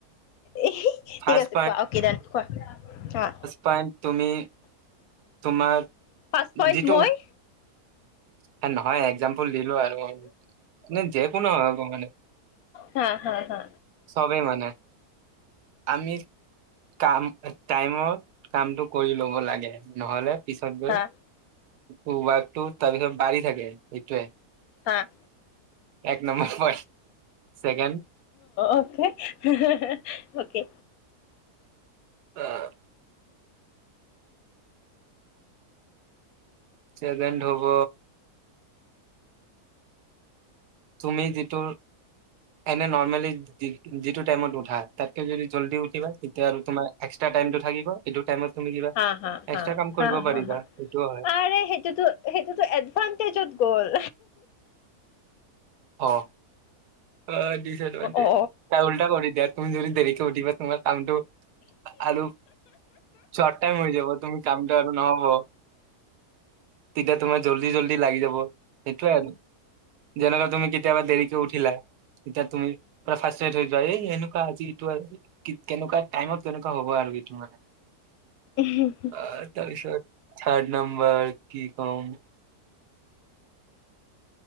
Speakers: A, on the left (about 70°); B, on the right (about 85°).
A: এ হি
B: ফাৰ্ষ্ট
A: ঠিক আছে কোৱা, অকে ডিন কোৱা। হাঁ'
B: পায়েন্ট তুমি তোমাৰ-
A: ফাৰ্ষ্ট পইণ্ট
B: যিটো
A: মই!
B: এ নহয় একজাম- পুল দিলোঁ আৰু মানে যে কলো হব মানে।
A: হা হা হা
B: চবেই মানে, আমি- কাম টাইমত কামটো কৰি ল'ব লাগে। নহ'লে- পিছত গৈ
A: হা
B: তাৰপিছত বাঢ়ি থাকে সেটোৱে।
A: হাঁ'
B: এক নম্বৰ পইণ্ট, চেকেণ্ড-
A: অকে, হেঁ হেঁ অকে।
B: অঁ' চেকেণ্ড হব- তুমি যিটো, এনেই নৰ্মেলি যিটো টাইমত উঠা- তাতকে যদি জল্দি উঠিবা তেতিয়া আৰু তুমাৰ এক্সট্ৰা টাইমটো থাকিব সেইটো টাইমত তুমি কিবা-
A: হাঁ হাঁ
B: এক্সট্ৰা
A: হাঁ
B: কাম কৰিব
A: হাঁ হাঁ
B: পাৰিবা
A: হাঁ
B: সেইটোও হয়
A: আৰে সেইটোতো- সেইটোতো এডভানটেজত গ'ল।
B: অ' এ ডিচএডভানটেজ।
A: অ
B: উল্টা কৰি দিয়া, তুমি যদি দেৰিকে উঠিবা তোমাৰ কামটো আৰু- চৰ্ট টাইম হৈ যাব তুমি কামটো আৰু নহব। তেতিয়া তোমাৰ জল্দি জল্দি লাগি যাব, সেইটোয়ে আৰু যেনেকুৱা- তুমি কেতিয়াবা দেৰিকে উঠিলা, এতিয়া তুমি পোৰা ফ্ৰস্তেড হৈ যোৱা এই এনেকুৱা আজি এইটো- কেনেকুৱা টাইমত কেনেকুৱা হ'ব আৰু এইটো মানে।
A: এঁহে হুম'
B: এ তাৰপিছত থাৰ্ড নম্বৰ কি কম!